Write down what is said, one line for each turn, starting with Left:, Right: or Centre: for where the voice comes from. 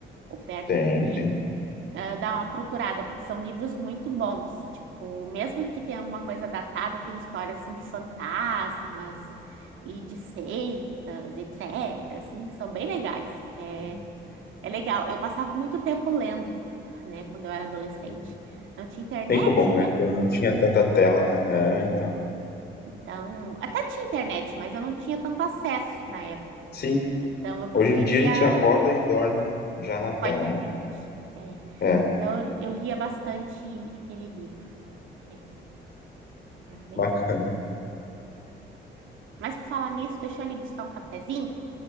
Right: ou perto
Left: Tem,
Right: por aí,
Left: tem.
Right: ah, dá uma procurada, porque são livros muito bons. Tipo, mesmo que tenha alguma coisa datada, tem histórias, assim, de fantasmas e de seitas, etc., assim, que são bem legais. É,
Left: tem,
Right: é legal. Eu passava muito tempo lendo, né, quando eu era adolescente.
Left: tem.
Right: Não tinha internet,
Left: Tempo bom, né?
Right: né?
Left: Quando não tinha tanta tela, né? É, então.
Right: Então, até tinha internet, mas eu não tinha tanto acesso na época.
Left: Sim,
Right: Então, eu preferia
Left: hoje em dia a gente acorda e dorme já na tela,
Right: com a internet.
Left: né?
Right: né?
Left: É,
Right: Então, eu, eu lia bastante aquele livro. né? era legal.
Left: bacana.
Right: Mas, por falar nisso, deixa eu ali buscar um cafezinho,